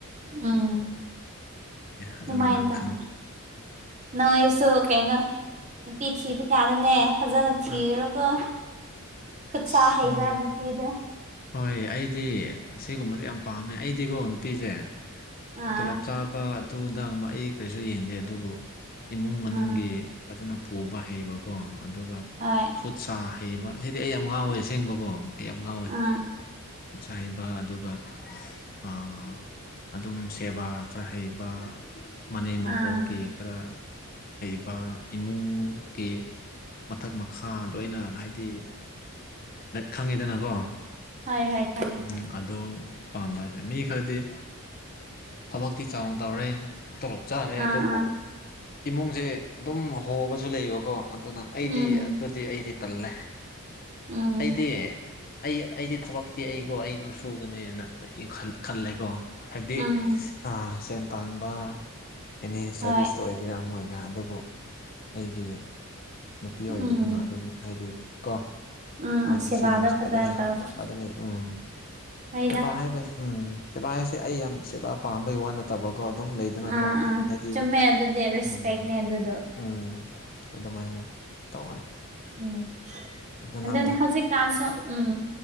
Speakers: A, on the right; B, on the left.
A: ꯎꯝ
B: ꯑꯗꯨꯅ
A: ꯑꯗꯨꯃꯥꯏꯟ
B: ꯅꯪ
A: ꯇꯣꯌꯥ
B: ꯈꯪ
A: ꯅꯪ ꯑꯩꯁꯨ ꯀꯩꯅꫭ ꯅꯨꯄꯤ ꯊꯤꯕ ꯀꯥꯟꯗꯅꯦ ꯐꯖꯅ ꯊꯤꯔꯣꯀꯣ
B: ꯑꯥ
A: ꯈꯨꯠ
B: ꯑꯁ
A: ꯁꯥ ꯍꯩꯕ
B: ꯈꯪꯗꯦ
A: ꯅꯨꯄꯤꯗ
B: ꯍꯣꯏ ꯑꯩꯗꯤ ꯁꯤꯒꯨꯝꯕꯁꯦ ꯌꯥꯝ ꯄꯥꯝꯃꯦ ꯑꯩꯗꯤꯀꯣ ꯅꯨꯄꯤꯖꯦ
A: ꯑꯥ
B: ꯇꯣꯂꯣꯞ ꯆꯥꯕ ꯑꯗꯨ ꯑꯗꯥꯒꯨꯝꯕ ꯑꯩ ꯀꯔꯤꯁꯨ ꯌꯦꯡꯗꯦ ꯑꯗꯨꯕꯨ ꯏꯃꯨꯡ ꯃꯅꯨꯡꯒꯤ
A: ꯑꯥ
B: ꯐꯖꯅ ꯄꯨꯕ ꯍꯩꯕꯀꯣ ꯑꯗꯨꯒ
A: ꯍꫭꯏ
B: ꯈꯨꯠ ꯁꯥ ꯍꯩꯕ ꯁꯤꯗꯤ ꯑꯩ ꯌꯥꯝ ꯉꯥꯎꯋꯦ ꯑꯁꯦꯡꯕꯀꯣ ꯑꯩ ꯌꯥꯝ ꯉꯥꯎꯋꯦ
A: ꯑꯥ
B: ꯆꯥꯏꯕ ꯑꯗꯨꯒ ꯑꯥ ꯑꯗꯨꯝ ꯁꯦꯕꯥ ꯈꯔ ꯍꯩꯕ ꯃꯅꯦꯝ ꯃꯕꯣꯛꯀꯤ
A: ꯑꯥ
B: ꯈꯔ ꯍꯩꯕ ꯏꯃꯨꯡꯒꯤ ꯃꯊꯛ ꯃꯈꯥ ꯂꯣꯏꯅ ꯍꯥꯏꯗꯤ ꯈꯪꯉꯤꯗꯅꯀꯣ
A: ꯍꯣꯏ ꯍꯣꯏ ꯈꯪꯉꯦ ꯈꯪꯉꯦ
B: ꯎꯝ ꯑꯗꯨ ꯄꯥꯝꯕ <unintelligible> ꯃꯤ ꯈꯔꯗꯤ ꯊꯕꯛꯇꯤ ꯆꯥꯎꯅ ꯇꯧꯔꯦ ꯇꯣꯂꯣꯞ ꯆꯥꯔꯦ
A: ꯑꯥ
B: ꯑꯗꯨꯕꯨ
A: ꯑꯥ
B: ꯏꯃꯨꯡꯖꯦ ꯑꯗꯨꯝ ꯍꯣꯕꯁꯨ ꯂꯩꯌꯦꯕꯀꯣ ꯑꯗꯨꯅ ꯑꯩꯗꯤ
A: ꯎꯝ
B: ꯑꯗꯨꯗꯤ ꯑꯩꯗꯤ ꯇꯜꯂꯦ
A: ꯎꯝ
B: ꯑꯩꯗꯤ ꯑꯩ ꯑꯩꯗꯤ ꯊꯕꯛꯇꯤ ꯑꯩꯀꯣ ꯑꯩ ꯑꯗꯨꯝ ꯁꯨꯒꯅꯦꯅ ꯑꯩ ꯈꯜꯂꯦꯀꯣ ꯍꯥꯏꯞꯗꯤ
A: ꯎꯝ
B: ꯑ ꯁꯦꯟ ꯇꯥꯟꯕ ꯑꯦꯅꯤ ꯁꯔꯚꯤꯁꯇ
A: ꯍꯣꯏ
B: ꯑꯣꯏ ꯒꯦꯔ ꯑꯃ ꯑꯣꯏꯒꯦꯔ ꯑꯗꯨꯕꯨ ꯑꯩꯒꯤ ꯅꯨꯄꯤ
A: ꯎꯝ
B: ꯑꯣꯏꯕꯗꯨꯅ ꯑꯗꯨꯝ ꯍꯥꯏꯗꯤ ꯀꫭ
A: ꯎꯝ
B: ꯃꯥꯅ
A: ꯎꯝ ꯁꯦꯕꯥꯗꯣ
B: ꯑꯁꯤꯒꯨꯝꯕꯁꯦ
A: ꯐꯖꯅ
B: ꯐꯖꯅꯩ
A: ꯇꯧꯕ
B: ꯐꯖꯅꯩ ꯎꯝ <unintelligible>
A: ꯍꯣꯏꯗ
B: ꯍꯥꯏꯕ ꯎꯝ ꯁꯦꯕꯥ ꯍꯥꯏꯁꯦ ꯑꯩ ꯌꯥꯝ ꯁꯦꯕꯥ ꯄꯥꯝꯕꯩ ꯋꯥ ꯅꯠ ꯇꯕꯀꯣ ꯑꯗꯨꯝ ꯂꯩꯗꯅꯀꯣ
A: ꯑꯥ ꯑꯥ
B: ꯍꯥꯏꯗꯤ
A: ꯆꯨꯝꯃꯦ ꯑꯗꯨꯗꯤ ꯔꯦꯁꯄꯦꯛꯅꯦ
B: ꯎꯝ
A: ꯑꯗꯨꯗꯣ
B: ꯎꯝ ꯑꯗꯨꯝꯃꯥꯏꯅ ꯇꯧꯋꯦ
A: ꯎꯝ
B: ꯑꯗꯣ ꯅꯪꯅ
A: ꯑꯗꯨꯅꯦ ꯍꯧꯖꯤꯛꯀꯥꯟꯁꯨ ꯎꯝ